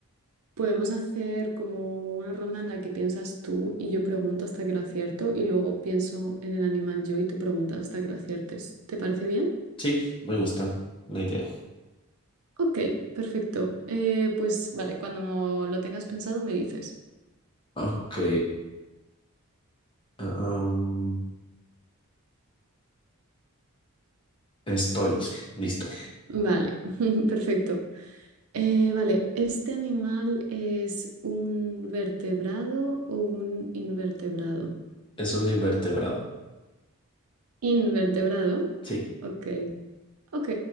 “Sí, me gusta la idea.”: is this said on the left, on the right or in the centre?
Left